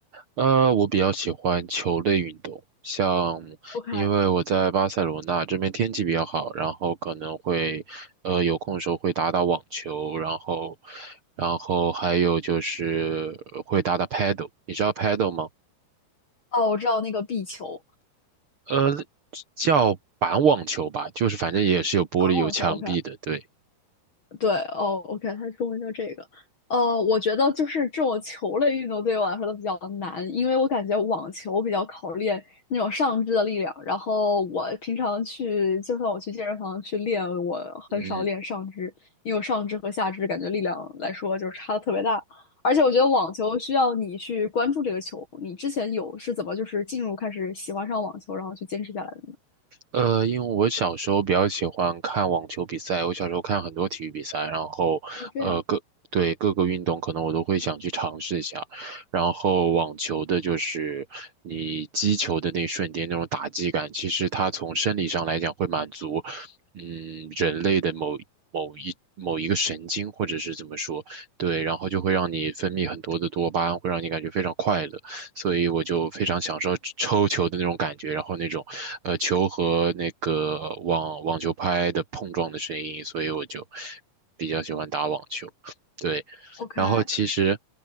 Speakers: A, on the right; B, on the left.
A: 呃，我比较喜欢球类运动，像因为我在巴塞罗那这边天气比较好，
B: ？OK，
A: 然后可能会，呃，有空的时候会打打网球，然后，然后还有就是会打打 paddle，你知道 paddle 吗？
B: 哦，我知道那个壁球、
A: 呃，叫板网球吧，就是反正也是有玻璃有墙壁的，
B: 打网球。OK，
A: 对，
B: 对哦，OK，它中文叫这个。呃，我觉得就是这种球类运动对我来说都比较难，因为我感觉网球比较考练那种上肢的力量。然后我平常去，就算我去健身房去练，我很少练上肢，
A: 嗯。
B: 因为我上肢和下肢感觉力量来说就是差的特别大。而且我觉得网球需要你去关注这个球，你之前有是怎么就是进入开始喜欢上网球，然后去坚持下来的吗？
A: 呃，因为我小时候比较喜欢看网球比赛，我小时候看很多体育比赛，然后呃各对各个运动可能我都会想去尝试一下。
B: 哦，这样
A: 然后网球的就是你击球的那一瞬间那种打击感，其实它从生理上来讲会满足，嗯，人类的某某一个神经，或者是怎么说，对，然后就会让你分泌很多的多巴胺，会让你感觉非常快乐，所以我就非常享受抽球的那种感觉，然后那种，呃，球和那个网网球拍的碰撞的声音，所以我就比较喜欢打网球，对，
B: ，OK。
A: 然后其实，